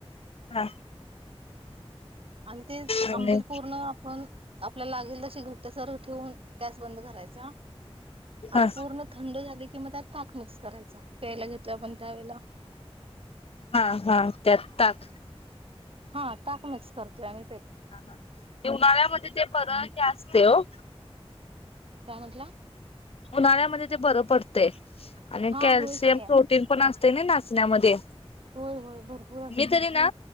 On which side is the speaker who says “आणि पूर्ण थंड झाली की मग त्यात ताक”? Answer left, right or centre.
Right